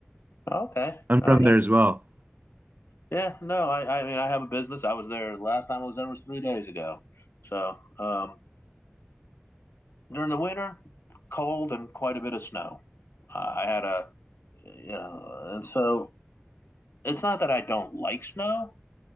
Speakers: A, on the left (about 75°); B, on the right (about 45°).
A: Okay.
B: I'm
A: All
B: from
A: right.
B: there as well.
A: Yeah. No, I, I mean, I have a business. I was there last time I was there was three days ago. So um, during the winter, cold and quite a bit of snow. Uh, I had a you know, and so it's not that I don't like snow.